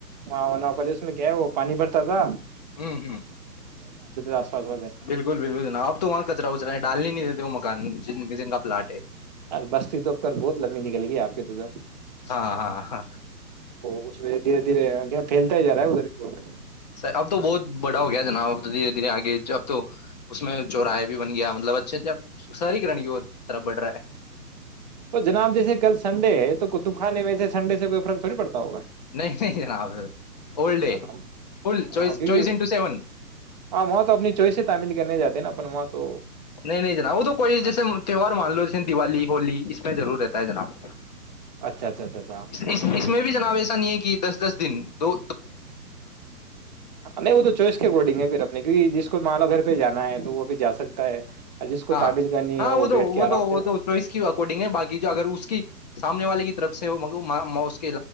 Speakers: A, on the right (about 30°); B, on the left (about 25°).
A: وہاں پہلے اس میں گیا ہے وہ پانی بھر تدا <unintelligible>
B: ہ ہ
A: آس پاس والے
B: بالکل بالکل جناب آب تو وہاں کچرا وچرا ڈالنے نہیں دیتے وہ مکان جنن کا پلاٹ ہے
A: ار بستی تو اب کر بہت لڑنی نکلے گی آپ کے تو ادھر
B: ہاں ہاں ہاں
A: تو اس میں دھیرے دھیرے پھیلتا ہی جا رہا ہے ادھر بھی
B: سر اب تو بہت بڑ ہو گیا جناب اب تو دھیرے دھیرے آگے اب تو اس میں چوراہے بھی بن گیا مطلب اچھے اچھے ساری کرن طرف بڑ رہا ہے
A: تو جناب جیسے کل سنڈے ہے تو قطب خانے میں سے سنڈے سےئی فرقوڑی پڑتا ہوا
B: نہیں نہیں جناب اولڈ ہے
A: ہاں
B: فل
A: ہاں
B: چوائس
A: کیکاں
B: چوائس انٹو سیون
A: ہاں وہاں تو اپنی چوائس سے تعمیل کرنے جاتے نا اپ وہاں تو
B: نہیں نہیں جناب وہ تو کوئی جیسے تہوار مان لو جیسے دیوالی ہولی اس میں ضرور رہتا ہے جناب
A: اچھا اچھا اچھا اچھا
B: اس اس میں بھی جناب ایسا نہیں ہے کہ دس دس دن تو
A: نہیں ا تو چوئس کے کوڈنگ ہے پ نہیں جس مالو گھر پہ جانا ہے تو وہ بھی جا سکتا ہے جس کو
B: ہاں
A: تعمیل کرنی
B: ہاں
A: ہے
B: وہ تو
A: بیٹھ کے
B: وہ
A: آرام
B: تو
A: سے
B: وہ تو چوائس کی اکارڈنگ ہے باقی جو اگر اس کی سامنے والے کی طرف سے اس